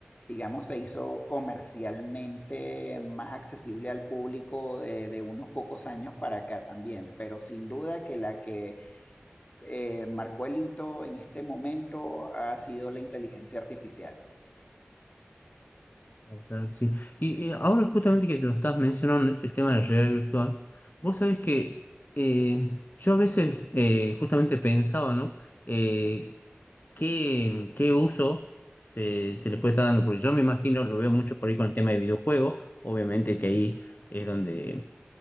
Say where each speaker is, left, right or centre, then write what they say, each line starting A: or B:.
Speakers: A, on the left; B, on the left.
A: Digamos, se hizo comercialmente más accesible al público de de unos pocos años para acá también, pero sin duda que la que eh, marcó el hito en este momento ha sido la inteligencia artificial.
B: Ah, claro que sí. Y eh, ahora justamente que te lo estás mencionando, este tema de la realidad virtual, vos sabés que eh, yo a veces eh, justamente pensaba, ¿no? Eh, ¿qué, qué uso se, se le puede estar dando? Porque yo me imagino, lo veo mucho por ahí con el tema de videojuegos, obviamente que ahí es donde